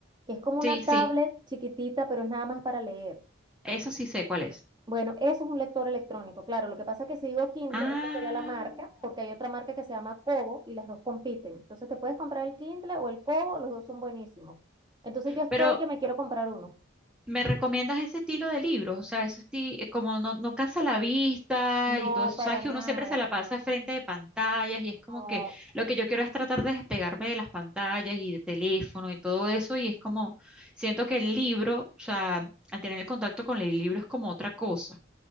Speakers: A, on the right; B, in the centre.
A: que es como
B: sí,
A: una
B: sí,
A: tablet chiquitita, pero es nada más para leer.
B: eso sí sé cuál es.
A: Bueno, eso es un lector electrónico. Claro, lo que pasa es que si digo Kindle,
B: Ah,
A: esa sería la marca, porque hay otra marca que se llama Kobo y las dos compiten. Entonces te puedes comprar el Kindle o el Kobo, los dos son buenísimos. Entonces yo estoy
B: pero
A: que me quiero comprar uno.
B: ¿me recomiendas ese estilo de libros? O sea, eso es como no, no cansa la vista
A: No,
B: y todo eso.
A: para
B: Sabes que
A: nada.
B: uno siempre se la pasa frente de pantallas y es como
A: No.
B: que lo que yo quiero es tratar de despegarme de las pantallas y de teléfono y todo eso. Y es como, siento que el libro, o sea, al tener el contacto con el libro es como otra cosa.